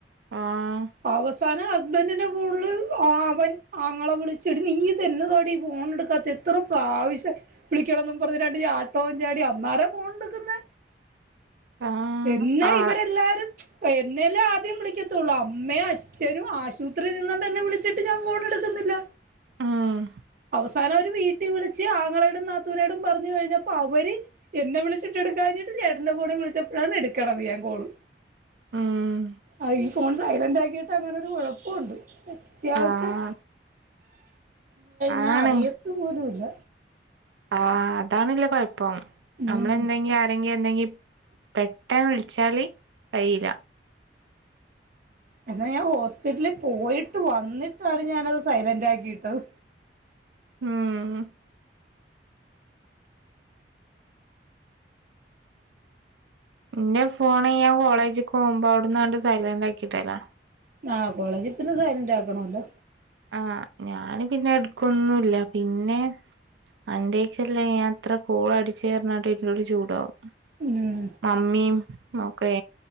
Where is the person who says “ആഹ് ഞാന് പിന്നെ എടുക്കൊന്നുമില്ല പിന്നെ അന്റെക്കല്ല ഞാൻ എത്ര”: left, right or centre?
Right